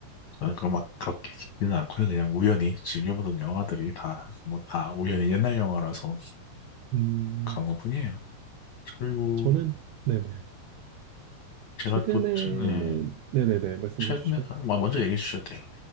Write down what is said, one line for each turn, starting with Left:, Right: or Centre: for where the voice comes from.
Left: 저는 그럼 막 그렇게 깊지는 않고요. 그냥 우연히 즐겨보던 영화들이 다, 뭐 다 우연히 옛날 영화라서
Right: 음,
Left: 그런 것뿐이에요. 그리고
Right: 저는, 네네.
Left: 제가
Right: 최근에는,
Left: 또, 최- 네,
Right: 네네네, 말씀해
Left: 최근에,
Right: 주시면.
Left: 아, 뭐 먼저 얘기해 주셔도 돼요.